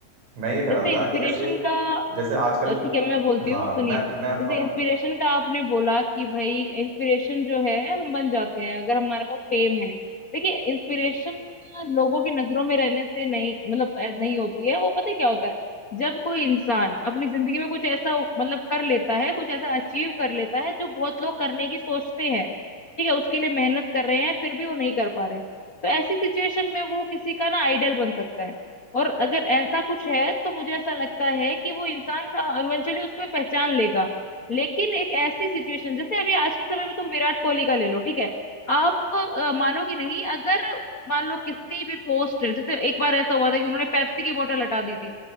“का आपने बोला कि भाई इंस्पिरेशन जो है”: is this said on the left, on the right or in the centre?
Left